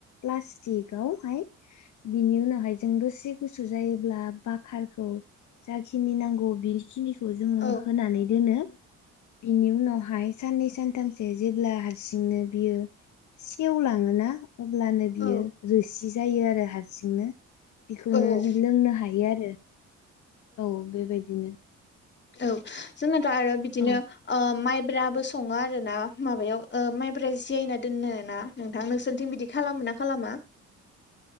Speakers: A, on the left; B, on the left.
A: प्लास्टिकआवहाय बिनि उनावहाय जों दसे गुसु जायोब्ला बाकारखौ जाखिनि नांगौ बेखिनिखौ जोंङो
B: औ
A: होनानै दोनो। बिनि उनावहाय साननै सानथामसो जेब्ला हारसिंनो बियो। सेवलांङोना अब्लानो बियो
B: औ
A: रोसि जायो आरो हारसिंनो बेखौनो
B: औ
A: लोंनो हायो आरो। औ बेबायदिनो
B: औ जोंनाथ' आरो बिदिनो
A: औ
B: माइ ब्राबो संङो आरोोना माबायाव माबबोरै जायना दोननो ना नोंथां नोंसोरनिथिं बिदि खालामो। मा खालामा
A: <inaudible>